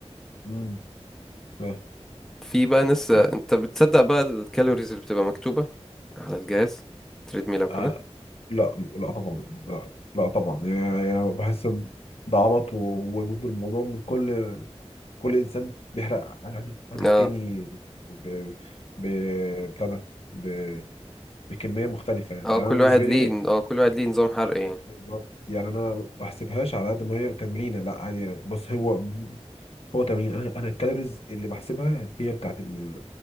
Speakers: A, on the left (about 65°); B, in the centre.
A: مم، فاهم.
B: في بقى ناس أنت
A: آه
B: بتصدق بقى الكالوريز اللي بتبقى مكتوبة على الجهاز تريدميل أو كده
A: آه، لا لا طبعا لا لا طبعا يعني يعني بحس إن ده عبط و- و- والموضوع من كل كل انسان بيحرق عن, عن التاني
B: اه
A: ب... ب... بتاع ده ب... بكميه مختلفه يعني
B: اه
A: يعني
B: كل
A: انا بالنسبه
B: واحد
A: لي
B: ليه اه كل واحد ليه نظام حرق ايه
A: بالظبط يعني انا ما بحسبهاش على قد ما هي تمرينه لا عادي بص هو هو تمرين انا انا الكالوريز اللي بحسبها هي بتاعت ال...